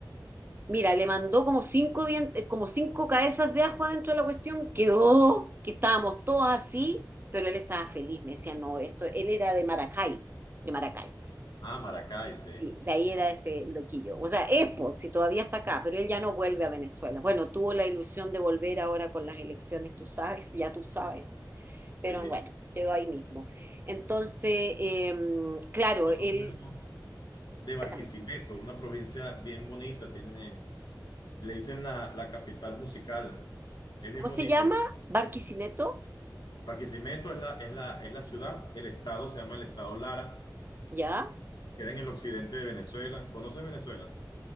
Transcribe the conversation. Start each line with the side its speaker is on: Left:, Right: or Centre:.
Right: mira, le mandó como cinco dientes, como cinco cabezas de ajo adentro de la cuestión, quedó que estábamos todos así, pero él estaba feliz, me decía, no, esto, él era de Maracay, de Maracay.
Left: ah, Maracay, sí.
Right: Sí, de ahí era este loquillo. O sea, Expo, si todavía está acá, pero él ya no vuelve a Venezuela. Bueno, tuvo la ilusión de volver ahora con las elecciones, tú sabes, ya tú sabes, pero
Left: Sí.
Right: bueno, quedó ahí mismo. Entonces, eh, claro,
Left: Nosotros
Right: él,
Left: éramos de Barquisimeto,
Right: cuéntame,
Left: una provincia bien bonita. Tiene, le dicen la, la capital musical. Es bien
Right: ¿cómo
Left: bonito.
Right: se llama? ¿Barquisineto?
Left: Barquisimeto es la, es la, es la ciudad. El estado se llama el estado Lara.
Right: ¿Ya?
Left: Queda en el occidente de Venezuela. ¿Conoces Venezuela?